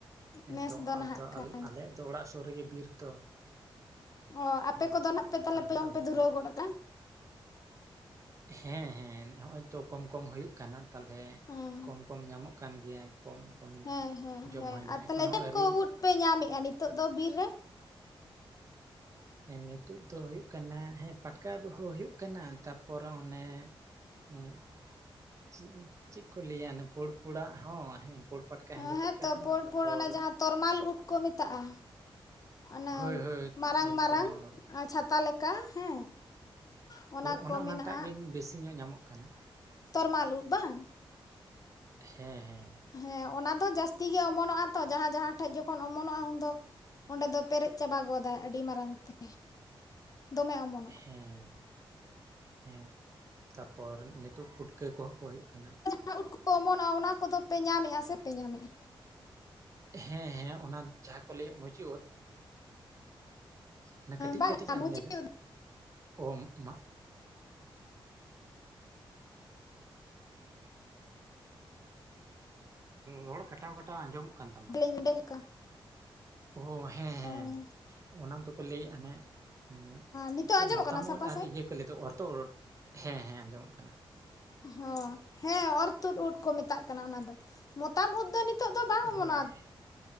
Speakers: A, on the right (about 35°); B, on the left (about 40°).
A: ᱦᱮᱸᱛᱚ,
B: ᱱᱮᱥ ᱫᱚ ᱱᱟᱦᱟᱜ
A: ᱟᱫᱚ
B: ᱠᱷᱟᱱ
A: ᱟᱞᱮᱭᱟᱜ ᱫᱚ ᱚᱲᱟᱜ ᱥᱳᱨ ᱨᱮᱜᱮ ᱵᱤᱨ ᱛᱚ᱾
B: ᱚ ᱟᱯᱮ
A: ᱦᱮᱸ
B: ᱠᱚᱫᱚ ᱱᱟᱜ ᱯᱮ ᱛᱟᱦᱚᱞᱮ ᱡᱚᱢ
A: ᱟᱞᱮ
B: ᱯᱮ ᱫᱷᱩᱨᱟᱹᱣ
A: ᱫᱚ
B: ᱜᱚᱫᱚᱜᱼᱼ
A: ᱦᱮᱸ, ᱦᱮᱸ, ᱦᱚᱜᱼ ᱚᱭ ᱛᱚ ᱠᱚᱢ ᱠᱚᱢ ᱦᱳᱭᱳᱜ ᱠᱟᱱᱟ ᱾ ᱛᱟᱞᱚᱞᱮ
B: ᱦᱮᱸ
A: ᱠᱚᱢ ᱠᱚᱢ ᱧᱟᱢᱚᱜ ᱠᱟᱱ ᱜᱮᱭᱟ᱾ ᱠᱚᱢ, ᱠᱚᱢ
B: ᱦᱮᱸ ᱦᱮᱸ
A: ᱡᱚᱢ
B: ᱦᱮᱸ
A: ᱦᱳᱭᱱᱟ᱾
B: ᱟᱨ ᱛᱟᱦᱚᱞᱮ
A: ᱮᱠᱷᱚᱱ ᱦᱚᱸ
B: ᱪᱮᱫ
A: ᱟᱹᱣᱨᱤ
B: ᱠᱚ ᱩᱫ ᱯᱮ ᱧᱟᱢᱮᱫᱼᱟ, ᱱᱤᱛᱚᱜ ᱫᱚ ᱵᱤᱨ ᱨᱮ?
A: ᱱᱤᱛᱳ ᱫᱚ ᱦᱳᱭᱳᱜ ᱠᱟᱱᱟ᱾ ᱦᱮᱸ ᱯᱟᱴᱠᱟ ᱳᱫ ᱦᱚᱸ ᱦᱳᱭᱳᱜ ᱠᱟᱱᱟ᱾ ᱛᱟᱯᱚᱨᱮ ᱚᱱᱮ ᱦᱮᱸ ᱪᱮᱫ, ᱪᱮᱫ ᱠᱚ ᱞᱟᱹᱭᱟ ᱯᱳᱲ ᱯᱳᱲᱟᱜ ᱦᱚᱸ ᱦᱮᱸ᱾ <unintelligible> ᱯᱟᱴᱠᱟ,
B: ᱦᱮᱸᱛᱚ
A: ᱦᱮᱸᱫᱮ ᱯᱟᱴᱠᱟ ᱦᱚᱸ,
B: ᱯᱳᱲ
A: ᱛᱟᱯᱚᱨ
B: ᱯᱳᱲ ᱚᱱᱟ ᱡᱟᱦᱟᱸ ᱛᱚᱨᱢᱟᱞ ᱩᱫ ᱠᱚ ᱢᱮᱛᱟᱜᱼᱟ᱾ ᱚᱱᱮ
A: ᱦᱳᱭ ᱦᱳᱭ
B: ᱢᱟᱨᱟᱝ,
A: ᱦᱳᱭ
B: ᱢᱟᱨᱟᱝ
A: ᱛᱚᱨᱢᱟᱞ ᱩᱫ
B: ᱪᱷᱟᱛᱟ ᱞᱮᱠᱟ ᱦᱮᱸ᱾ ᱚᱱᱟ
A: ᱦᱳᱭ
B: ᱠᱚ
A: ᱚᱱᱮ
B: ᱢᱮᱱᱟᱜᱼᱟ
A: ᱚᱱᱟᱴᱟᱜ ᱜᱮ ᱵᱮᱥᱤ ᱧᱚᱜ ᱧᱟᱢᱚᱜ ᱠᱟᱱᱟ᱾
B: ᱛᱚᱨᱢᱟᱞ ᱩᱫᱽ ᱵᱟᱝ?
A: ᱦᱮᱸ, ᱦᱮᱸ᱾
B: ᱦᱮᱸ ᱚᱱᱟ ᱫᱚ ᱡᱟᱹᱥᱛᱤ ᱜᱮ ᱚᱢᱚᱱᱚᱜᱼᱟ ᱛᱚ᱾ ᱡᱟᱦᱟᱸ ᱡᱟᱦᱟᱸ ᱴᱷᱮᱡ ᱡᱚᱠᱷᱚᱱ ᱚᱢᱚᱱᱚᱜᱼᱟ᱾ ᱩᱱᱫᱚ ᱚᱸᱰᱮ ᱫᱚ ᱯᱮᱨᱮᱡ ᱪᱟᱵᱟ ᱜᱚᱫᱟᱭ ᱟᱹᱰᱤ ᱢᱟᱨᱟᱝ ᱛᱮ᱾ ᱫᱚᱢᱮ ᱚᱢᱚᱱᱚᱜ ᱼᱼ
A: ᱦᱮᱸ, ᱦᱮᱸ᱾ ᱛᱟᱨᱯᱚᱨ ᱱᱤᱛᱳᱜ ᱯᱩᱴᱠᱟᱹ ᱠᱚᱦᱚᱸ ᱠᱚ ᱦᱩᱭᱩᱜ ᱠᱟᱱᱟ᱾
B: ᱦᱟᱸ ᱩᱫ ᱠᱚ ᱚᱢᱚᱱᱚᱜ ᱚᱱᱟ ᱠᱚᱫᱚ ᱯᱮ ᱧᱟᱢᱮᱜ-ᱟ ᱥᱮ ᱯᱮ ᱧᱟᱢᱮᱜ-ᱟ?
A: ᱦᱮᱸ ᱦᱮᱸ ᱚᱱᱟ ᱡᱟᱸᱦᱟ ᱠᱚ ᱞᱟᱹᱭᱟ ᱢᱩᱪᱤ ᱩᱫ ᱚᱱᱟ ᱠᱟᱴᱤᱡ
B: ᱵᱟᱝᱟ
A: ᱠᱟᱴᱤᱡ ᱟᱜ
B: ᱢᱩᱪᱤ
A: ᱮᱢ ᱞᱟᱹᱭ ᱫᱟ
B: ᱩᱫ
A: ᱚ ᱢᱟᱜ ᱨᱚᱲ ᱠᱟᱴᱟᱣ ᱠᱟᱴᱟᱣ ᱟᱸᱡᱚᱢᱚᱜ ᱠᱟᱱ ᱛᱟᱢᱟ᱾
B: ᱮᱸᱰᱮ ᱞᱮᱠᱟ᱾
A: ᱚ ᱦᱮᱸ
B: ᱚ
A: ᱦᱮᱸ ᱚᱱᱟ ᱫᱚᱠᱚ ᱞᱟᱹᱭᱮᱜ-ᱟ ᱱᱷᱟᱜ᱾ ᱩᱸ
B: ᱱᱤᱛᱚᱜ
A: ᱪᱮᱜ
B: ᱟᱸᱡᱚᱢᱚᱜ
A: ᱢᱚᱛᱟᱢ
B: ᱠᱟᱱᱟ ᱥᱟᱯᱷᱟ
A: ᱳᱫ ᱟᱨ
B: ᱥᱟᱺᱦᱤᱡ
A: ᱤᱭᱟᱹ ᱠᱚ ᱞᱟᱹᱭ ᱫᱚ ᱚᱨ ᱛᱳᱜ ᱳᱫ ᱦᱮᱸ ᱦᱮᱸ ᱟᱸᱡᱚᱢᱚᱜ ᱠᱟᱱᱟ᱾
B: ᱦᱚᱸ ᱦᱮᱸ ᱚᱨ ᱛᱩᱫ ᱩᱫ ᱠᱚ ᱢᱮᱛᱟᱜ ᱠᱟᱱᱟ ᱚᱱᱟ ᱫᱚ ᱢᱚᱛᱟᱢ ᱩᱫ ᱫᱚ ᱱᱤ ᱛᱚᱜ ᱫᱚ ᱵᱟᱝ ᱚᱢᱚᱱᱚᱜ-ᱟ᱾
A: ᱦᱳᱭ